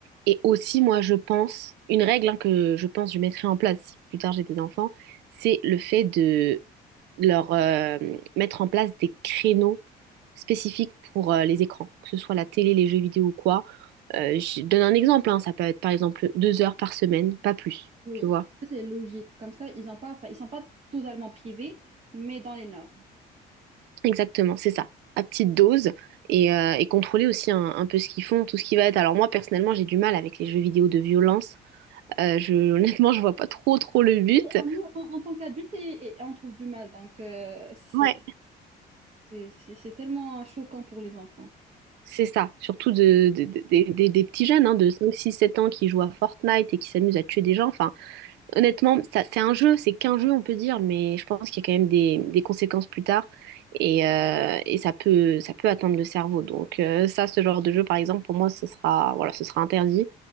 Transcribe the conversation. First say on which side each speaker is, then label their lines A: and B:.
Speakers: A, on the right; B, on the right.
A: et aussi, moi, je pense, une règle hein, que je pense que je mettrai en place si plus tard j'ai des enfants, c'est le fait de leur euh, mettre en place des créneaux spécifiques pour euh, les écrans, que ce soit la télé, les jeux vidéo ou quoi. Euh, je donne un exemple, hein, ça peut être par exemple deux heures par semaine, pas plus,
B: Oui,
A: tu vois.
B: ça, c'est logique. Comme ça, ils ont pas, enfin, ils sont pas totalement privés, mais dans les normes.
A: Exactement, c'est ça, à petite dose et, euh, et contrôler aussi un, un peu ce qu'ils font, tout ce qui va être. Alors moi personnellement j'ai du mal avec les jeux vidéo de violence. Euh, je, <laughs> honnêtement je vois pas trop trop le but.
B: Et en- nous, en, en tant qu'adultes, et, et on trouve du mal, donc euh, c'est
A: Ouais.
B: c'est- c'est- c'est tellement choquant pour les enfants.
A: C'est ça, surtout de, de- de- des des- des petits jeunes hein, de 5 6 7 ans qui jouent à Fortnite et qui s'amusent à tuer des gens. Enfin, Honnêtement, ça, c'est un jeu, c'est qu'un jeu, on peut dire, mais je pense qu'il y a quand même des, des conséquences plus tard et, euh, et ça peut, ça peut atteindre le cerveau. Donc euh, ça, ce genre de jeu, par exemple, pour moi, ce sera, voilà, ce sera interdit.